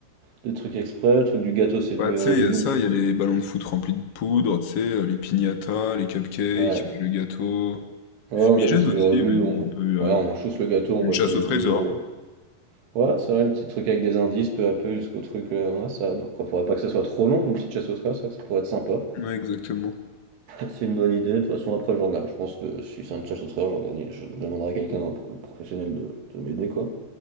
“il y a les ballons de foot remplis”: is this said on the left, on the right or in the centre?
Left